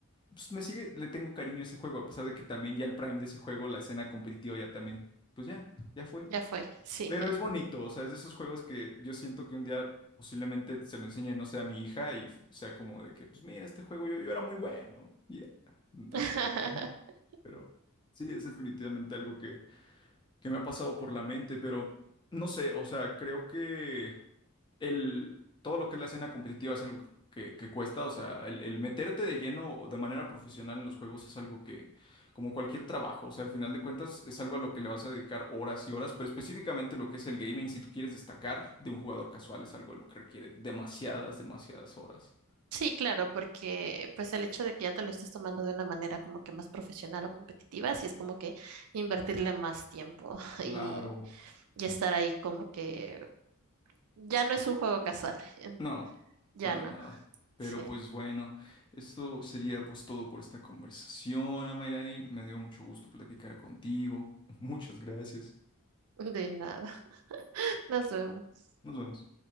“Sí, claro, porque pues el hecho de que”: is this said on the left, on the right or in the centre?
Right